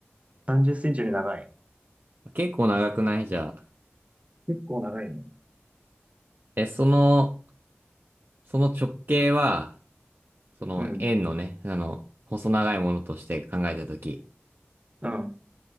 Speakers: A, on the right (about 30°); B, on the right (about 55°).
A: 30センチより長い。
B: 結構長くないじゃあ。
A: 結構長いね。
B: え、その、その直径は、その円のね、
A: うん。
B: あの、細長いものとして考えたとき
A: うん。